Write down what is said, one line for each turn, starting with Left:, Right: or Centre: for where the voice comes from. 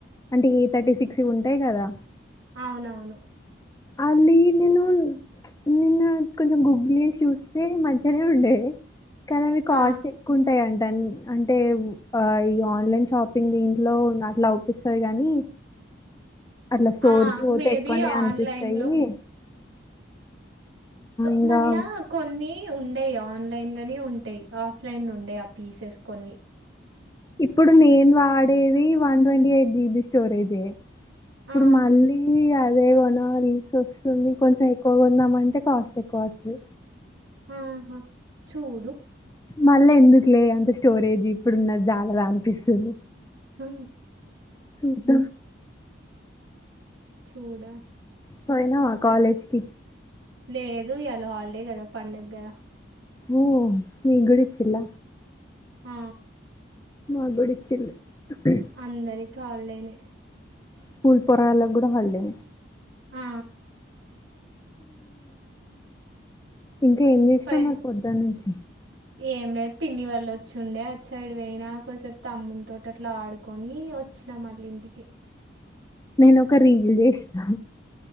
Left: టి థర్టీసిక్స్ ఇవుంటయ్ కదా
Right: అవునవును
Left: అల్లి నేను నిన్న కొంచెం గుగ్లీస్ వస్తే మజ్జనే ఉండే కానీ అవి కాస్ట్
Right: ఆ
Left: ఎక్కువ ఉంటాయంట అన్ని అంటే ఉ అ ఈఆన్లైన్ షాపింగ్ దీంట్లో ఇంగ అట్లా ఒప్పిస్తది గాని అట్లా స్టోర్కి
Right: ఆ
Left: పోతే
Right: మేబి
Left: ఎక్కువనే అన్పిస్తయి
Right: ఆన్లైన్లో క
Left: ఇంగా
Right: మల్ల కొన్ని ఉండైయి ఆన్లైన్లోనే ఉంటయ్ ఆఫ్ లైన్లో ఉండైయి అ పీసెస్ కొన్ని
Left: ఇప్పుడు నేను ఆడేది వన్ ట్వంటీఎయిట్ జీబి స్టోరేజే ఇప్పుడు
Right: ఆ
Left: మళ్ళీ అదే కొనాలి స్సొస్తుంది కొంచెం ఎక్కువగా కొందామంటే కాస్ట్ ఎ క్వాస్ట్లీ
Right: ఆహ చూడు
Left: మళ్ళీ ఎందుకులే అంత స్టోరేజీ ఇప్పుడున్నది జాలదా అన్పిస్తుంది
Right: అ
Left: ఇంక
Right: చూడ
Left: పోయినవా కాలేజ్కి
Right: లేదు ఈయాళ హాల్డే కదా పండగదా
Left: ఊ మీగుడిచ్చిల్ల
Right: ఆ
Left: మా గుడికి ఇచ్చింది ఉహ్
Right: అందరికి హాలిడే నే
Left: స్కూల్ పోరగల్లాకి కూడా హాలిడేనే
Right: ఆ
Left: ఇంకా ఏం చేసినావు
Right: పైన
Left: మరి పొద్దుటీ నుంచి
Right: <inaudible> ఏం లేదు పిన్ని వాళ్ళు వచ్చుండే అది సైడ్ పోయినా కొసేపు తమ్ముని తో అట్లా ఆడుకొని వచ్చినా మళ్ళీ ఇంటికి
Left: నేను ఒక రీల్ చేసినా